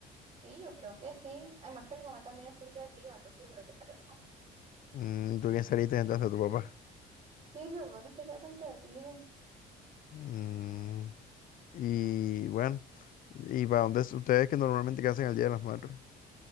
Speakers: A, on the right; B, on the left.
A: sí, yo creo que sí. Además que mi mamá también es full creativa, entonces yo creo que salió mi mamá.
B: Mm, ¿tú quién saliste entonces? ¿Tu papá?
A: Sí, mi papá no es que sea tan creativo.
B: Mm, y bueno, ¿y para dónde es- ustedes que normalmente qué hacen el Día de las Madres?